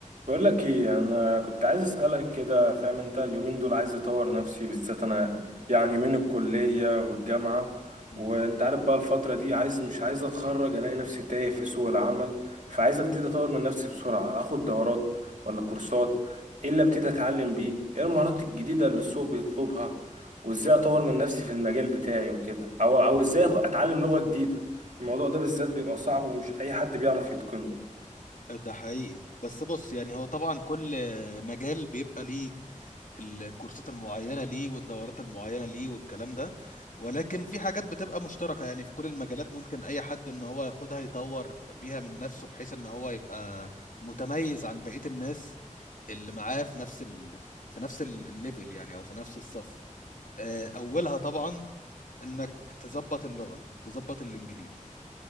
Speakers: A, on the right (about 70°); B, on the left (about 80°).
A: بقول لك ايه انا كنت عايز اسالك كده فاهم انت اليومين دول عايز اطور نفسي بالذات انا يعني يومين الكليه والجامعه
B: مم.
A: وانت عارف بقى الفتره دي عايز مش عايز اتخرج الاقي نفسي تايه في سوق العمل فعايز ابتدي اطور من نفسي بسرعه اخد دورات ولا كورسات ايه اللي ابتدي اتعلم بيه ايه المهارات الجديده اللي السوق بيطلبها وازاي اطور من نفسي في المجال بتاعي وكده او او ازاي آخد- اتعلم لغه جديده الموضوع ده بالذات بيبقى صعب ومش اي حد بيعرف يتقنه
B: ده حقيقي بس بص يعني هو طبعا كل مجال بيبقى ليه الكورسات المعينة ليه والدورات المعينة ليه والكلام ده ولكن في حاجات بتبقى مشتركة يعني في كل المجالات ممكن أي حد إن هو ياخدها يطور بيها من نفسه بحيث إن هو يبقى متميز عن بقية الناس اللي معاه في نفس ال... في نفس ال- الليفل يعني أو في نفس الصف آه، أولها طبعا إنك تظبط اللغة تظبط الإنجليزي